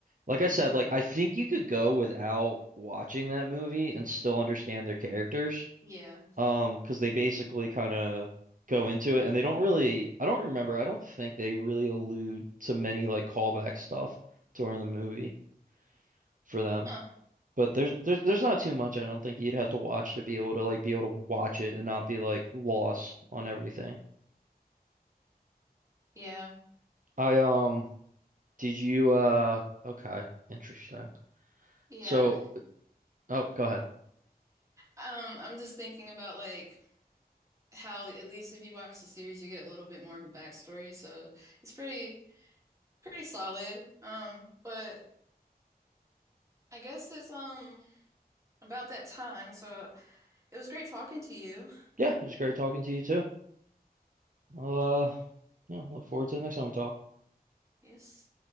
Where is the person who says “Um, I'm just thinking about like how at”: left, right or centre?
Right